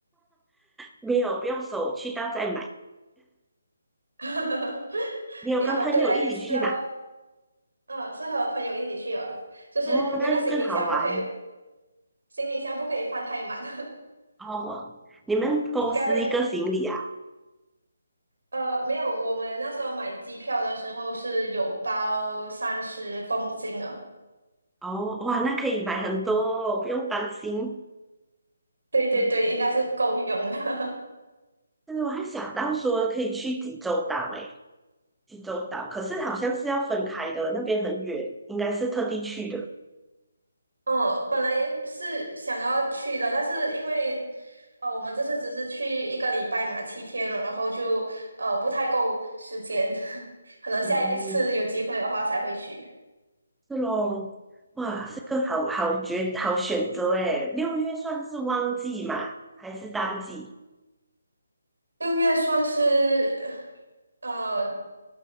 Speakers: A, in the centre; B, on the right.
A: 没有，不用收，去到再买。
B: <laughs>
A: 你有跟朋友一起去吗？
B: 啊，对啊，也是哦。嗯，是和朋友一起去哦，就是那个行李箱不可以，
A: 哦，那就更好玩
B: 行李箱不可以放太满，
A: 哦。你们公司一个行李啊？
B: <laughs> 应该会，呃，没有，我们那时候买机票的时候是有包三十公斤哦，
A: 哦，哇，那可以买很多哦，不用担心。
B: 对对对，
A: 嗯，
B: 应该是够用的。
A: 但是我还想到说可以去济州岛诶，济州岛，可是好像是要分开的，那边很远，应该是特地去的。
B: 嗯，本来是想要去的，但是因为呃，我们这次只是去一个礼拜嘛，七天，然后就呃不太够时间，<laughs> 可能下一次有机会的话才会去。
A: 嗯，是咯，哇，是个好好绝好选择诶。六月算是旺季嘛，还是淡季？
B: 六月算是呃